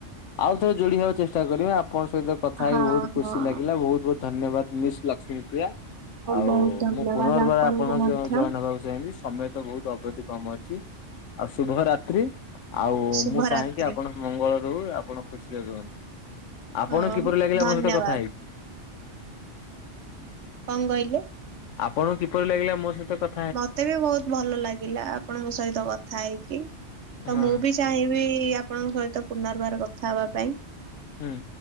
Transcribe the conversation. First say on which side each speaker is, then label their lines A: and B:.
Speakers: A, on the left; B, on the right.
A: ଆଉ ଥରେ ଯୋଡି ହବାକୁ ଚେଷ୍ଟା କରିବେ ଆପଣଙ୍କ ସହିତ କଥା ହେଇକି
B: ହଁ
A: ବହୁତ ଖୁସି
B: ହଁ
A: ଲାଗିଲା ବହୁତ ବହୁତ ଧନ୍ୟବାଦ ମିସ୍ ଲକ୍ଷ୍ମୀପ ପ୍ରିୟା। ଆଉ
B: ବହୁତ ଧନ୍ୟବାଦ
A: ମୁଁ ପୁନର୍ବାର
B: ଆପଣଙ୍କୁ
A: ଆପଣଙ୍କ
B: ମଧ୍ୟ
A: ଜଏନ ହବାକୁ ଚାହିଁବି ସମୟ ତ ବହୁତ ଅବଧି କମ ଅଛି। ଆଉ ଶୁଭ ରାାତ୍ରି ଆଉ
B: ଶୁଭରାତ୍ରି
A: ମୁଁ ଚାହେକି ଆପଣ ମଙ୍ଗଳ ରହୁ ଆପଣ ଖୁସିରେ ରୁହନ୍ତୁ। ଆପଣ
B: ହଁ
A: କିପରି ଲାଗିଲା
B: ଧନ୍ୟବାଦ
A: ମୋ ସହିତ କଥା ହେଇକି?
B: କଣ କହିଲେ?
A: ଆପଣଙ୍କୁ କିପରି ଲାଗିଲା ମୋ ସହିତ କଥ
B: ମତେ ବି ବହୁତ ଭଲ ଲାଗିଲା ଆପଣଙ୍କ ସହିତ କଥା ହେଇକି ତ
A: ହଁ
B: ମୁଁ ବି ଚାହିଁବି ଆପଣଙ୍କ ସହିତ ପୁନର୍ବାର କଥା ହେବା ପାଇଁ।
A: ହୁଁ।